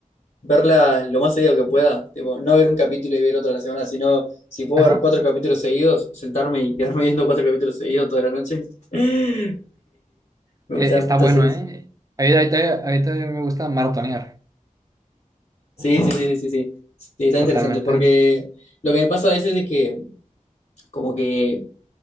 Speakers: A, on the left; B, on the right.
A: verla lo más seguido que pueda. Tipo, no ver un capítulo y ver otro a la semana, sino si puedo
B: Ajá.
A: ver cuatro capítulos seguidos, sentarme y <laughs> quedarme viendo cuatro capítulos seguidos toda la noche. <laughs> Me
B: Eh,
A: gusta,
B: está
A: me gusta
B: bueno,
A: hacer eso.
B: ¿eh? Ahorita, ahorita- ahorita me gusta maratonear.
A: Sí, sí, sí, sí, sí, sí. Sí, está interesante,
B: Totalmente.
A: porque lo que me pasa a veces es que como que